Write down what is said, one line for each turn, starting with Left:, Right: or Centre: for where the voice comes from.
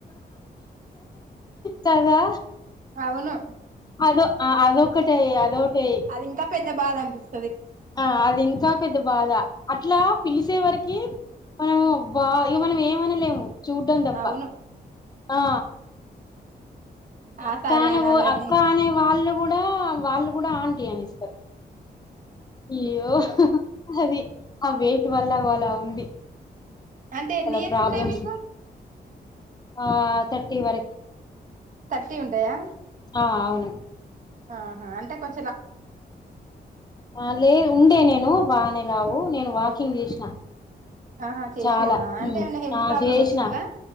Left: కాదా
Right: అవును
Left: అదే ఆ అధికట్టి అద ఏ
Right: అది ఇంకా పెద్ద బాధ అనిపిస్
Left: ఆ అది ఇంకా పెద్ద బాధ అట్లా పిలిసే వరకి మనము బా ఇ మనం ఏమనా లేము చూటంతప్ప
Right: అవును
Left: ఆ
Right: ఆ
Left: అక్క
Right: సరే
Left: అనే
Right: అనాలి గాని
Left: అక్క అనే వాళ్ళు కూడా వాళ్ళు కూడా అంట అనిస్తారు అయ్యో అది ఆ వెయిట్ వల్ల అలా ఉంది
Right: అంటే ఎన్ని
Left: చాలా
Right: ఇయర్స్
Left: ప్రాబ్లమ్స్
Right: ఉంటాయి మీకు
Left: ఆ తర్టీ వరకి
Right: తట్టి ఉంటయా
Left: ఆ అవును
Right: ఆహా అంటే కొం
Left: ఆ లేదు ఉండే నేను బానే వు నేను వాకింగ్ చేసిన
Right: ఆహా చేసిర్రా
Left: చాలా
Right: అంటే ఏమన్నా హెల్త్
Left: ఆ
Right: ప్రాబ్లం
Left: చేసిన
Right: వచ్చిందా